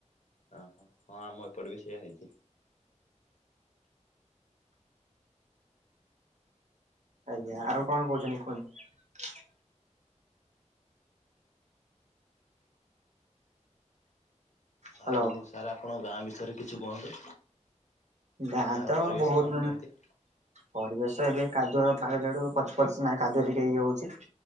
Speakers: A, on the left; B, on the right.
A: ଅ ହୋ ହଁ ଆମ ଏପଟେ ବି ସେଇୟା ହେଇଛି।
B: ଆଜ୍ଞା ଆଉ କଣ କହୁଛନ୍ତି କୁହନ୍ତୁ?
A: ଆଉ
B: ହ୍ୟାଲୋ
A: ସାର୍ ଆପଣ ଗାଁ ବିଷୟରେ କିଛି କୁହନ୍ତୁ?
B: ଗାଁ
A: ଗାଁର
B: ତ
A: ପରିବେଶ
B: ବହୁତ
A: କଣ କେମିତି?
B: ପରିବେଶ ଏବେ କାଦୁଅ କା ଯଡୁ ପଚ ପଚ ମାନେ କାଦୁଅ ଟିକେ ହେଇ ଯାଉ ହଉଛି।